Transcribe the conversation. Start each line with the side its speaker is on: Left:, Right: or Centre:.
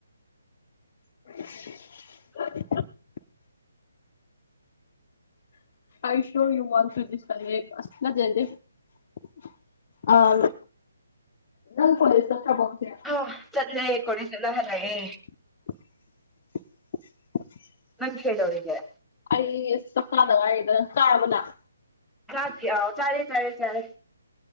Left: <unintelligible> <unintelligible> ꯅꯪ college ꯆꯠꯗꯔꯕꯣ ꯉꯁꯤ
Centre: ꯑ ꯆꯠꯂꯦ ꯀꯣꯂꯦꯖ ꯆꯠꯂ ꯍꯜꯂꯛꯑꯦ
Left: <unintelligible>
Centre: ꯅꯪꯗꯤ ꯀꯩꯗꯧꯔꯤꯒꯦ
Left: ꯑꯩ ꯆꯥꯛ ꯆꯥꯗ ꯉꯥꯏꯔꯤꯗ ꯆꯔꯕꯣ ꯅꯪ
Centre: ꯆꯥꯗꯔꯤ ꯑꯣ ꯆꯥꯔꯦ ꯆꯥꯔꯦ ꯆꯥꯔꯦ